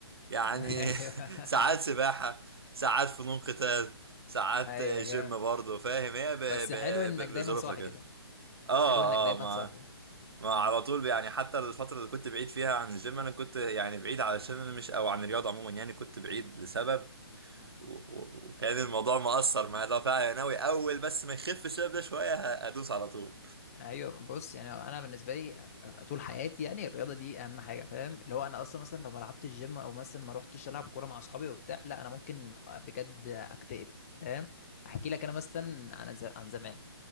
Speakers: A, on the right; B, on the left.
A: يعني
B: <laughs> ايوه
A: <laughs> ساعات سباحة ساعات فنون قتال ساعات
B: ايوه
A: آه، جيم
B: جامد
A: برضه فاهم هي ب- ب-
B: بس حلو انك
A: ب-
B: دايما
A: بظروفها
B: صاحي
A: كده
B: كده
A: اه
B: حلو انك دايما
A: اه ما
B: صاحي
A: ما على طول يعني حتى الفترة اللي كنت بعيد فيها عن الجيم انا كنت يعني بعيد علشان انا مش او عن الرياضة عموما يعني كنت بعيد لسبب و- و- وكان الموضوع مأثر معايا لو فعلا أنا ناوي أول بس ما يخف الشباب ده شوية ه- هدوس على طول
B: ايوه بص يعني انا بالنسبه لي ف- ف- طول حياتي يعني الرياضه دي اهم حاجه فاهم اللي هو انا اصلا مثلا لو ما لعبتش الجيم او مثلا ما روحتش العب كوره مع اصحابي وبتاع لا انا ممكن بجد اكتئب فاهم احكي لك انا مثلا عن ز- عن زمان